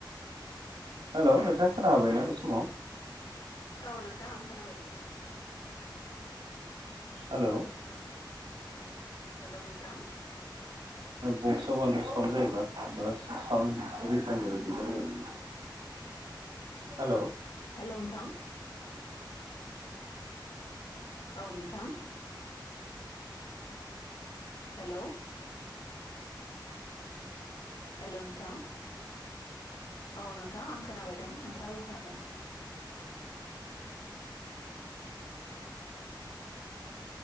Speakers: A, on the right; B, on the left.
A: हेल' नोंथांङा खोना बायना बे समाव?
B: औ नोंथांङा आं खोनाबाय दंङ'।
A: हेल'?
B: हेल' नोंथां?
A: बक्सआव बांद्राय सावन जायोबा बा सावन रितारन जायाबा दिगदार जागोन। हेल'?
B: हेल' नोंथां? औ नोंथां। हेल'? हेल' नोंथां औ नोंथां आं खोनाबाय दं नोंथांङा बुंनो हागोन।